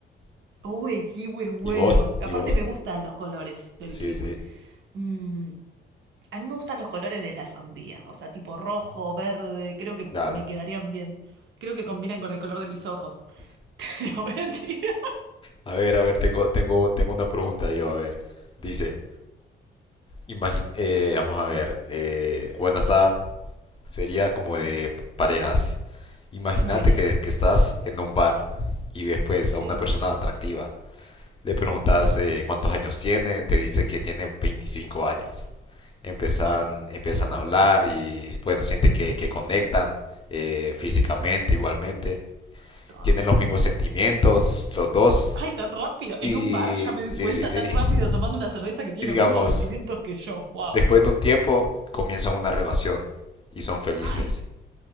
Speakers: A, on the right; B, on the left.
A: Uy, el kiwi es bueno.
B: ¿Y vos?
A: Aparte
B: ¿Y vos?
A: me gustan los colores del
B: Sí,
A: kiwi.
B: sí,
A: Mm, a mí me gustan los colores de la sandía, o sea, tipo rojo, verde, creo que
B: claro.
A: me quedarían bien. Creo que combinan con el color de mis ojos. <laughs> No, mentira.
B: A ver, a ver, tengo, tengo, tengo una pregunta yo, a ver. Dice, imagín eh, vamos a ver, eh, bueno, está, sería como de p- parejas. Imagínate
A: Uy,
B: que, que estás en un bar y ves pues
A: sí.
B: a una persona atractiva. Le preguntas eh, cuántos años tiene, te dice que tiene 25 años. Empiezan,
A: Bueno,
B: empiezan a hablar y bueno, sienten que, que conectan eh, físicamente igualmente.
A: todo.
B: Tienen los mismos sentimientos los dos.
A: Ay, tan rápido. En
B: Y
A: un bar ya me doy
B: sí,
A: cuenta
B: sí, sí.
A: tan rápido tomando una cerveza que tiene
B: Y digamos,
A: los mismos sentimientos que yo. Wow.
B: después de un tiempo comienzan una relación y son felices.
A: Ay,